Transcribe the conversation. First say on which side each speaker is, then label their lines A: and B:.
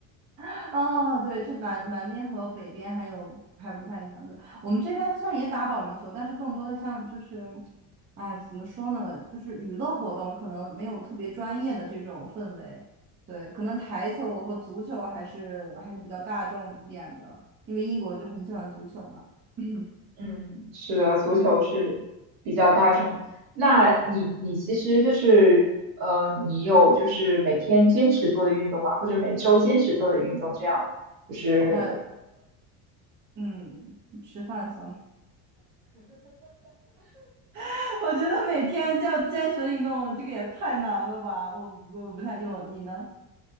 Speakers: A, on the right; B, on the right.
A: <laughs> 哦，对，这南南边和北边还有还不太一样。对，我们这边虽然也打保龄球，但是更多的像就是，哎，怎么说呢，就是娱乐活动可能没有特别专业的这种氛围。对，可能台球和足球还是还是比较大众一点的，因为英国就很喜欢足球嘛。<coughs> <clears throat>
B: 嗯，是的，足球是比较大众。那你你其实就是呃，你有就是每天坚持做的运动嘛，或者每周坚持做的运动，这样就是
A: 呃，嗯，吃饭算了。<laughs> 我觉得每天就要坚持运动，这个也太难了吧？我我不太，有你呢？